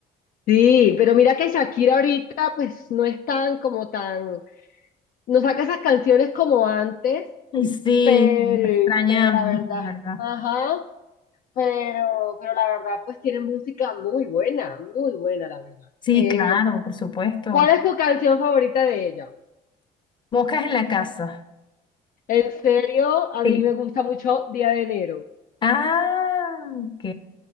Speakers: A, on the left; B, on the left.
A: Sí, pero mira que Shakira ahorita pues no es tan como tan no saca esas canciones como antes,
B: Y sí,
A: pero,
B: la extrañamos,
A: pero la verdad,
B: ¿verdad?
A: ajá, pero, pero la verdad, pues tiene música muy buena, muy buena, la verdad.
B: Sí,
A: Eh,
B: claro, por supuesto.
A: ¿cuál es tu canción favorita de ella?
B: Moscas en la casa.
A: En serio, a
B: Sí.
A: mí me gusta mucho Día de Enero.
B: Ah, ok.